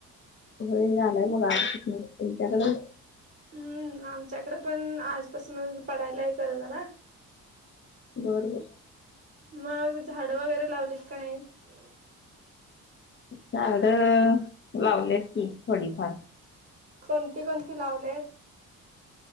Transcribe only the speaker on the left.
हो झालाय मग आला तुमच्याकडून
बरोबर
झाड लावल्यात की थोडीफार